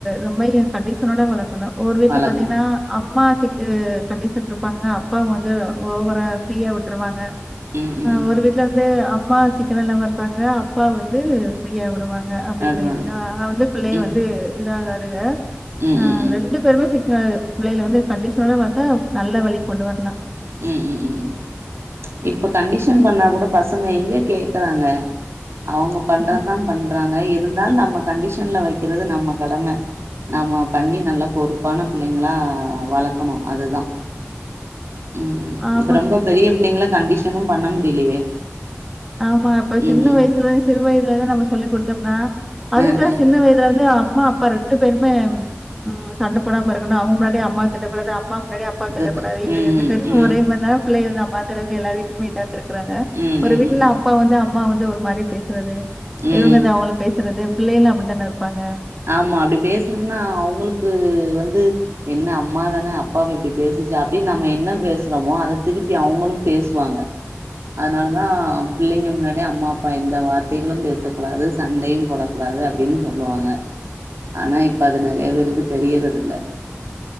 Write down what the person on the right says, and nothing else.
வழக்கம்
ம் ம்
ம்
நடுவாங்க
ம்
ம்
ம் ம்
உம் உம் உம் உம் இப்ப கண்டிஷ ன் பண்ணா கூட பசங்க எங்க கேக்குறாங்க அவங்க பண்றதுதா
பண்றாங்க இ ருந்தாலு நம்ம கண்டிஷன்ல வைக்கிறது நம்ம கடம நாம பண்ணி நல்லா பொறுப்பான பிள்ளைங்களா வளக்கணு அதுதா உம்
இப்ப ரொம்ப பெரிய பிள்ளைங்கள கண்டிஷனும் பண்ண முடியலையே
ம்
அ அ
குட்
ம்
ம்
ம் ம்
ம்
ம்
ம்
ஆமா அப்டி பேசனம்னா அவங்களுக்கு வந்து என்ன அம்மாதான அப்பாவ இப்டி பேசுச்சு அப்டின்னு நம்ம என்ன பேசுறோமோ அத திருப்பி அவங்களு பேசுவாங்க அதனாலதா ஆ பிள்ளைங்க முன்னாடி அம்மா அப்பா எந்த வார்த்தைகளும் பேசக் கூடாது சண்டையு போடக் கூடாது அப்டின்னு சொல்லுவாங்க ஆனா இப்ப அது நெறைய பேருக்கு தெரியறது இல்ல